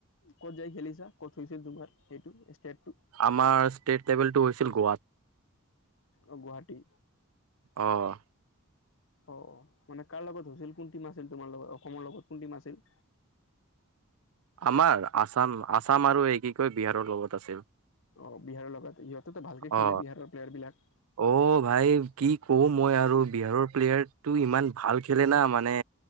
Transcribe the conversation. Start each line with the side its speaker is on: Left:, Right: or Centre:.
Left: ক'ত যাই খেলিছা ক'ত হৈছিল তোমাৰ এইটো ষ্টেটটো?
Right: আমাৰ ষ্টেট লেভেল টো হৈছিল গোৱাত।
Left: অ' গুৱাহাটী?
Right: অ'।
Left: অ' মানে কাৰ লগত হৈছিল কোন টিম আছিল তোমাৰ লগত অসমৰ লগত কোন টিম আছিল?
Right: আমাৰ আসাম আসাম আৰু এই কি কয় বিহাৰৰ লগত আছিল।
Left: অ' বিহাৰৰ লগত ইহঁতেতো ভালকে খেলে
Right: অ
Left: বিহাৰৰ প্লেয়াৰ বিলাক?
Right: অ ভাই কি কওঁ মই আৰু বিহাৰৰ প্লেয়াৰটো ইমান ভাল খেলে না মানে